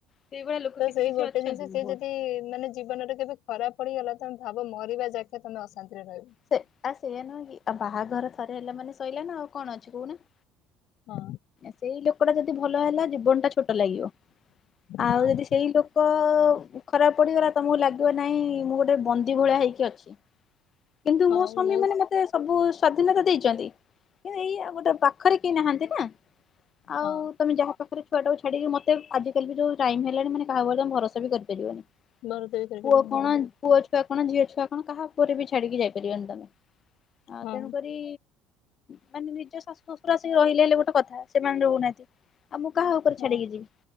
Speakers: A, on the left (about 35°); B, on the left (about 60°).
A: ସେଇଭଳିଆ ଲୋକ
B: ତ
A: କିଛି
B: ସେଇ
A: କିଛି
B: ଗୋଟେ
A: ଅଛନ୍ତି
B: ଜିନିଷ, ସିଏ
A: ବହୁତ।
B: ଯଦି ମାନେ ଜୀବନରେ କେବେ ଖରାପ ପଡିଗଲା, ତମେ ଭାବ ମରିବା ଯାକେ ତମେ ଅଶାନ୍ତିରେ ରହିବ।
A: ସେ ଆ ସେୟଆ ନୁହେଁ କି, ଆଉ ବାହାଘର ଥରେ ହେଲା ମାନେ ସଇଲା। ନା ଆଉ କଣ ଅଛି କହୁନା?
B: ହଁ।
A: ସେଇ ଲୋକଟା ଯଦି ଭଲ ହେଲା ଜୀବନଟା ଛୋଟ ଲାଗିବ। ଆଉ
B: ହଁ
A: ଯଦି ସେଇ ଲୋକ ଖରାପ ପଡିଗଲା, ତମକୁ ଲାଗିବ ନାଇଁ ମୁଁ ଗୋଟେ ବ ନ୍ଦୀ ଭଳିଆ ହେଇକି ଅଛି। କିନ୍ତୁ
B: ହଁ
A: ମୋ ସ୍ୱାମୀ
B: ମୁଁ
A: ମାନେ ମତେ ସବୁ ସ୍ଵାଧୀନତା ଦେଇଛନ୍ତି, କିନ୍ତୁ ଏଇଆ ଗୋଟେ ପାଖରେ କେହି ନାହାନ୍ତି ନା। ଆଉ
B: ହଁ
A: ତମେ ଯାହା ପାଖରେ ଛୁଆଟାକୁ ଛାଡିକି ମତେ ଆଜି କାଲି ବି ଯୋଉ ଟାଇମ୍ ହେଲାଣି, ମାନେ କାହା ଉପରେ ତମେ ଭରସା ବି କରିପାରିବନି।
B: ମୋର ତ ଏଇ ତରକାରୀ।
A: ପୁଅ
B: ହଁ
A: କଣ, ପୁଅ ଛୁଆ କଣ ଝିଅ ଛୁଆ କଣ କାହା ଉପରେ ବି ଛାଡିକି ଯାଇ ପାରିବନି ତମେ, ଆଉ
B: ହଁ
A: ତେଣୁକରି ମାନେ ନିଜ ଶାଶୁ ଶ୍ୱଶୁର ଆସିକି ରହିଲେ ହେଲେ ଗୋଟେ କଥା, ସେମାନେ ରହୁନାହାନ୍ତି। ଆଉ ମୁଁ କାହା ଉପରେ
B: ହଁ
A: ଛାଡିକି ଯିବି?